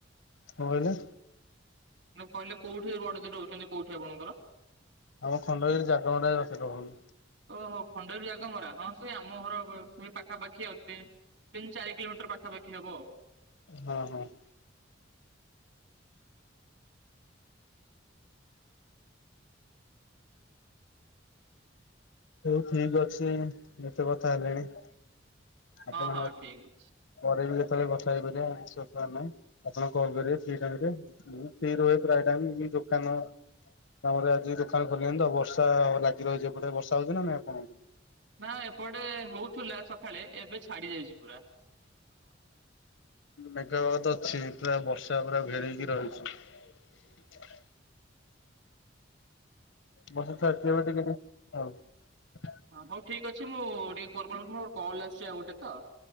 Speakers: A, on the left; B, on the right.
A: କହିଲେ
B: କିୁ କହିଲେ କୋଉଠି ବଡଦ ରହୁଛନ୍ତି କୋଉଠି ଆପଣଙ୍କର
A: ଆମ ଖଣ୍ଡଗିରି ଜାଗର ପାଖେ ରହୁନ
B: ଓହୋ ଖଣ୍ଡେୁର ଜାଗ ମରା ହଁ ସେଇ ଆମ ଘର ସେଇ ପାଖାପାଖି ଅତି ତିନି ଚାରି କିଲୋମିଟର ପାଖାପାଖି ହବ ଆଉ
A: ହଁ ହଁ । ହଉ ଠିକ ଅଛି ମତେ କଥା ହେଲେଣି । ଆପଣ
B: ହଁ ହଁ ଠିକ ଅଛି।
A: ପରେ ବି କଥା ହେଇପାରିବ ନାହିଁ ଆପଣ କଲ୍ କରିବେ ଟ ରହ ପ୍ରାୟ ଟ ଦୋକାନ ଆମରେ ଆଜି ଦୋକାନ ଖୋଲି ନିଅ ତ ଆଉ ବର୍ଷା ଲାଗି ରହିଛିପଟେ ବର୍ଷା । ସଜ ମପଣ <unintelligible>
B: ନା ଏପଟେ ହଉଥିଲା ସକାଳେ ଏବେ ଛାଡି ଯାଇଛି ପୁରା ।
A: ମେଘ ତ ଅଛି ପୁରା ବର୍ଷା । ପା ଘେରକି ରହିଛୁ । ବର୍ଷା ଛାଡିଛିଏବେ ଟିକେ ଟିକେ ।
B: ହଁ ହଉ ଠିକ ଅଛି ମୁଁ ଟିକେ ମୋର କଲ ଆସୁଛି ଆଉ ଗୋଟେ ତ